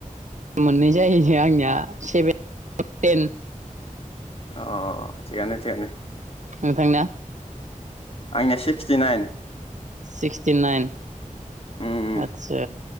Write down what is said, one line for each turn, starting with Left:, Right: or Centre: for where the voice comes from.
Right: मोननै जाहैनो आंनिया सेभेन टप टेन
Left: अ अ अ थिगानो थिगानो।
Right: नोंथांना?
Left: आंनिया सिक्सटि नाइन
Right: सिक्सटि नाइन
Left: उम
Right: आदसा,